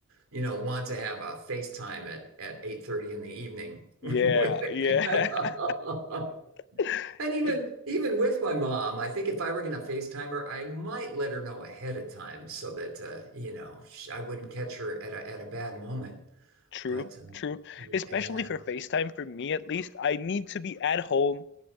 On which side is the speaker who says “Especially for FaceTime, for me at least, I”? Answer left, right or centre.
Left